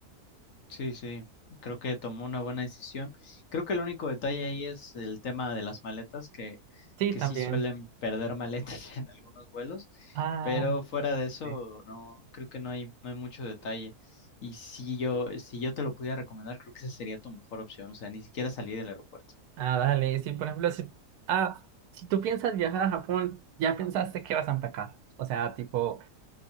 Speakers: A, on the left; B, on the right.
A: Sí, sí, creo que tomó una buena decisión. Creo que el único detalle ahí es el tema de las maletas, que,
B: Sí,
A: que
B: también.
A: sí suelen perder maletas <laughs> en algunos vuelos,
B: Ah,
A: pero fuera de eso,
B: sí.
A: no, creo que no hay, no hay mucho detalle. Y si yo, si yo te lo pudiera recomendar, creo que esa sería tu mejor opción, o sea, ni siquiera salir del aeropuerto.
B: Ah, dale, sí, por ejemplo, si, ah, si tú piensas viajar a Japón, ya pensaste que vas a empacar. O sea, tipo,